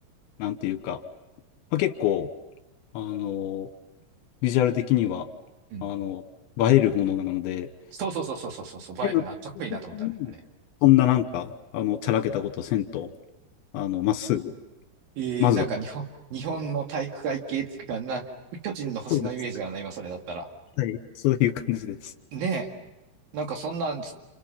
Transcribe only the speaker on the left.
なんていうか、まあ、結構、あの、ビジュアル的には、
あの、映えるものなので、
で、なった時に、
そんななんか、あの、ちゃらけたことせんと、あの、まっすぐ、
まずは、
そうです。
はい。そういう感じです。